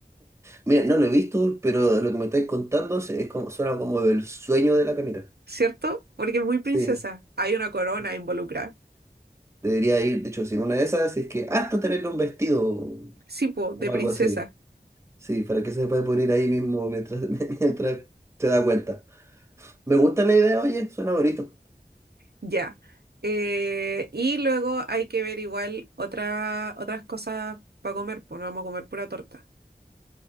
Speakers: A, on the right (about 15°); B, on the right (about 75°).
A: Mira, no lo he visto, pero lo que me estáis contando se- es como, suena como el sueño de la Camila.
B: ¿cierto? Porque es muy princesa,
A: Sí,
B: hay una corona
A: sí.
B: involucrada,
A: debería ir, de hecho, sin una de esas, si es que hasta tenerle un vestido
B: sí, po, de
A: o
B: princesa,
A: algo así. Sí, para que se pueda poner ahí mismo mientras, <laughs> mientras se da cuenta. Me gusta la idea, oye, suena bonito.
B: ya. Eh, y luego hay que ver igual otra, otras cosas para comer, pues no vamos a comer pura torta,